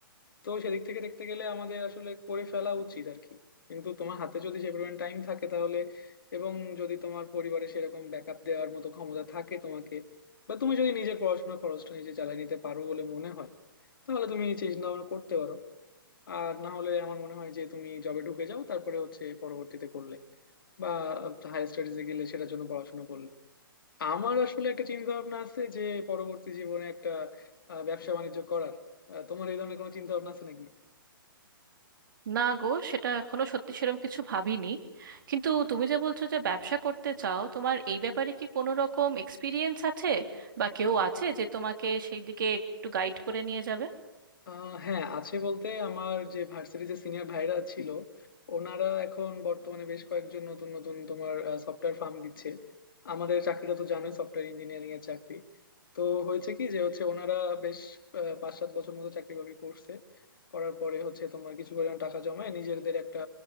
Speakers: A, on the left; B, on the right.
A: তো সেদিক থেকে দেখতে গেলে আমাদের আসলে করে ফেলা উচিত আর কি কিন্তু তোমার হাতে যদি সে পরিমাণ টাইম থাকে তাহলে এবং যদি তোমার পরিবারে সেরকম ব্যাকআপ দেওয়ার মতো ক্ষমতা থাকে তোমাকে বা তুমি যদি নিজের পড়াশোনার খরচটা নিজে চালিয়ে নিতে পারো বলে মনে হয় তাহলে তুমি চিন্তা ভাবনা করতে পারো আর না হলে আমার মনে হয় যে তুমি জবে ঢুকে যাও তারপরে হচ্ছে পরবর্তীতে করলে বা হায়ার স্টাডিজে গেলে সেটার জন্য পড়াশোনা করলে আমার আসলে একটা চিন্তা ভাবনা আছে যে পরবর্তী জীবনে একটা আহ, ব্যবসা বাণিজ্য করার আহ, তোমার এই ধরনের কোনো চিন্তা ভাবনা আছে নাকি
B: না গো সেটা এখনো সত্যি সেরকম কিছু ভাবিনি কিন্তু তুমি যে বলছো যে ব্যবসা করতে চাও তোমার এই ব্যাপারে কি কোনো রকম এক্সপিরিয়েন্স আছে বা কেউ আছে যে তোমাকে সেই দিকে একটু গাইড করে নিয়ে যাবে
A: আহ হ্যাঁ আছে বলতে আমার যে ভার্সিটি যে সিনিয়র ভাইরা ছিল ওনারা এখন বর্তমানে বেশ কয়েকজন নতুন নতুন তোমার সফটওয়্যার ফার্ম দিচ্ছে আমাদের চাকরিটা তো জানোই সফটওয়্যার ইঞ্জিনিয়ারিং এর চাকরি তো হয়েছে কি যে হচ্ছে ওনারা বেশ আহ, পাঁচ সাত বছর মতো চাকরি বাকরি করছে করার পরে হচ্ছে তোমার কিছু পরিমাণ টাকা জমায় নিজেদের একটা